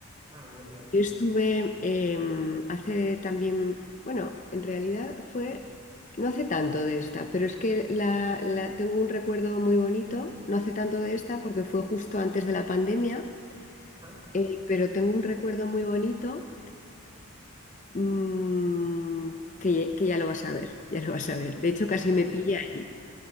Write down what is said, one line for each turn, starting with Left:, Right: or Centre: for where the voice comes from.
Right: Ah, muy bien.
Left: Yo estuve em, hace también, bueno, en realidad fue, no hace tanto de esta, pero es que la, la- tengo un recuerdo muy bonito, no hace tanto
Right: Mm.
Left: de esta porque fue justo antes de la pandemia,
Right: Ah,
Left: eh, pero tengo un recuerdo muy bonito mm, que, que ya lo vas a ver, ya lo vas a ver. De hecho, casi
Right: ah, muy
Left: me pilla
Right: bien.
Left: allí.